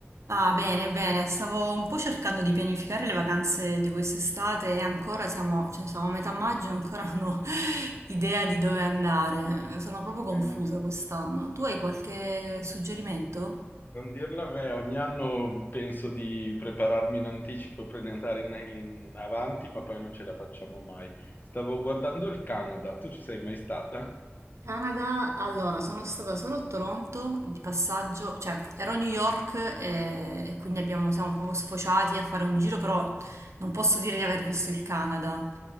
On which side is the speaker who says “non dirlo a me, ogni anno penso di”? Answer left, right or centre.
Left